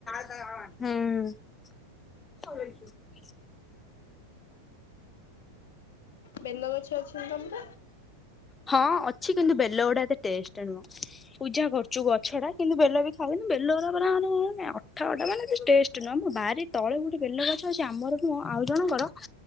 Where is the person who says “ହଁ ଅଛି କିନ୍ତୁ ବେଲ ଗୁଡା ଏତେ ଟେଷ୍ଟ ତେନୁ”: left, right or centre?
Left